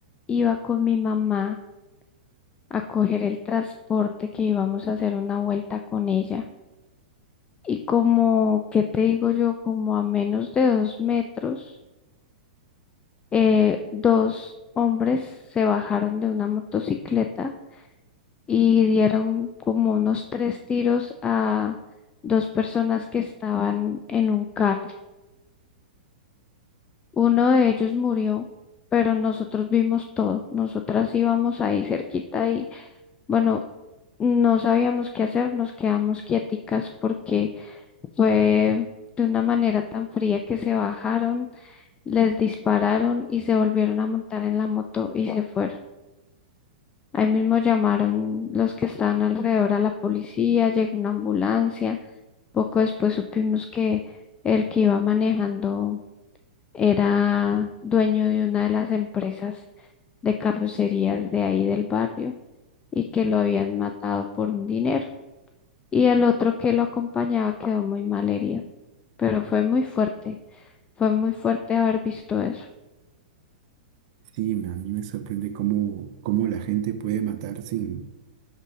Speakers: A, on the left (about 20°); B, on the right (about 50°).
A: iba con mi mamá a coger el transporte que íbamos a hacer una vuelta con ella. y como, ¿qué te digo yo? Como a menos de dos metros, eh, dos hombres se bajaron de una motocicleta y dieron como unos tres tiros a dos personas que estaban en un carro. Uno de ellos murió, pero nosotros vimos todo. Nosotras íbamos ahí cerquita y bueno, no sabíamos qué hacer, nos quedamos quieticas porque Fue de una manera tan fría que se bajaron, les dispararon y se volvieron a montar en la moto y se fueron. Ahí mismo llamaron los que estaban alrededor a la policía, llegó una ambulancia. Poco después supimos que el que iba manejando era dueño de una de las empresas de carrocerías de ahí del barrio y que lo habían matado por un dinero. Y el otro que lo acompañaba quedó muy mal herido. pero fue muy fuerte. Fue muy fuerte haber visto eso.
B: Sí, me- a mí me sorprende cómo, cómo la gente puede matar sin,